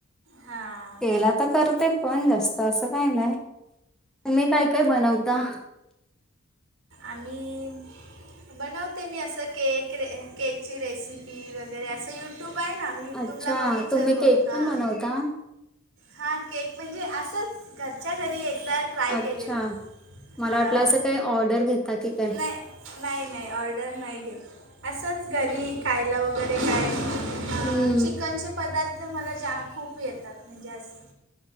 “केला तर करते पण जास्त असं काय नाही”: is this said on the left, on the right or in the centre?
Centre